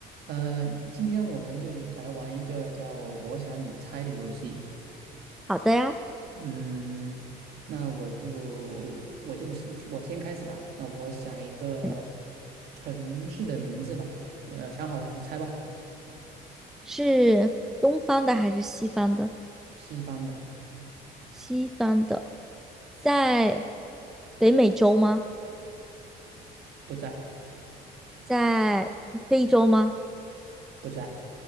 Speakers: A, on the right; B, in the centre.
A: 呃，今天我们就来玩一个叫“我想你猜”的游戏。
B: 好的呀，
A: 嗯，那我就我就我先开始吧。那我想一个
B: 嗯
A: 城市的名字吧。呃，想好了，你猜吧。
B: 是东方的还是西方的？
A: 西方的，
B: 西方的，在北美洲吗？
A: 不在，
B: 在非洲吗？
A: 不在，